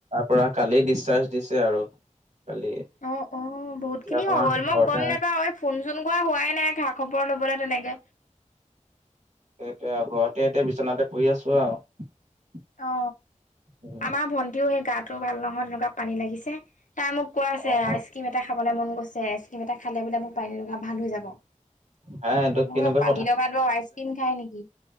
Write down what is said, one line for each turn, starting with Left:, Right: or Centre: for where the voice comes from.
Right: পৰা কালি ডিচাৰ্জ দিছে আৰু কালি।
Left: অ অ বহুত
Right: এতিয়া
Left: খিনি
Right: অকমান
Left: হৈ গ'ল মই
Right: ঘৰতে
Left: গম নাপাওঁ ঐ ফোন চোন কৰা হোৱাই নাই খা খবৰ লবলে তেনেকে।
Right: সেইটো আৰু ঘৰতে এতিয়া বিচনাতে পৰি আছো আৰু।
Left: অ
Right: উম,
Left: আমাৰ ভন্টিও সেই গাটোও ভাল নহয় তেনেকুৱা পানী লাগিছে। তাই মোক কোৱা আছে
Right: অ',
Left: আইচ ক্ৰীম এটা খাবলৈ মন গৈছে আইচ ক্ৰীম এটা খালে বোলে মোৰ পানীলগা ভাল হৈ যাব। মই
Right: হা এইটো কেনেকুৱা
Left: কলো পানীৰ লগাটোৰ আইচ ক্ৰীম খাই নেকি।